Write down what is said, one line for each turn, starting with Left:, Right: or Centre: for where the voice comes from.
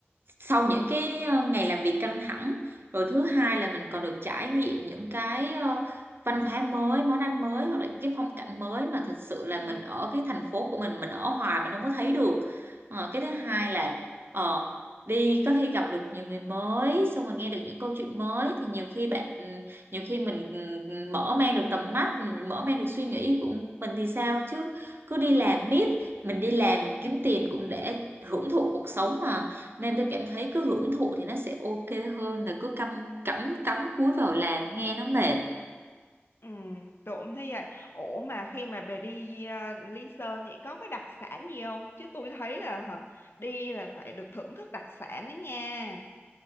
Right: sau những cái ờ, ngày làm việc căng thẳng rồi thứ hai là mình còn được trải nghiệm những cái ờ, văn hóa mới món ăn mới hoặc là những cái phong cảnh mới mà thật sự là
Left: ừ,
Right: mình ở cái thành phố của mình mình ở hoài mình không có thấy được Ờ, cái thứ hai là ờ, đi có khi gặp được nhiều người mới xong rồi nghe được những câu chuyện mới thì nhiều khi bạn ừ, nhiều khi mình ừ, ừ, mở mang được tầm mắt mình mở mang được suy nghĩ của mình thì sao chứ cứ đi làm miết mình đi làm mình kiếm tiền cũng để hưởng thụ cuộc sống mà nên tôi cảm thấy cứ hưởng thụ thì nó sẽ ok hơn là cứ cắm cắm cắm cúi vào làm nghe nó mệt
Left: ừ, tôi cũng thấy vậy ủa mà khi mà bà đi ờ, Lý Sơn vậy có cái đặc sản gì không chứ tôi thấy là hả, đi là phải được thưởng thức đặc sản đấy nha